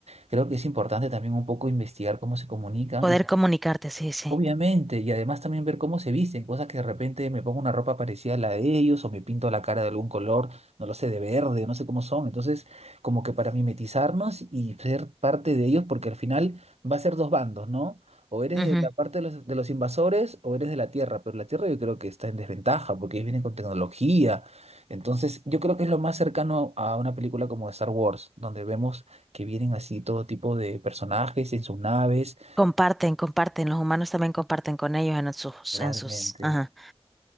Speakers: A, on the right; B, in the centre.
A: Creo que es importante también un poco investigar cómo se comunican
B: Poder
A: y
B: comunicarte, sí, sí.
A: Obviamente, y además también ver cómo se visten, cosas que de repente me pongo una ropa parecida a la de ellos o me pinto la cara de algún color, no lo sé, de verde, no sé cómo son. Entonces, como que para mimetizarnos y ser parte de ellos, porque al final va a ser dos bandos, ¿no? O eres
B: ujú.
A: de la parte de los, de los invasores o eres de la Tierra, pero la Tierra yo creo que está en desventaja porque ellos vienen con tecnología. Entonces, yo creo que es lo más cercano a una película como Star Wars, donde vemos que vienen así todo tipo de personajes en sus naves.
B: Comparten, comparten. Los humanos también comparten con ellos en sus,
A: Realmente.
B: en sus. ajá.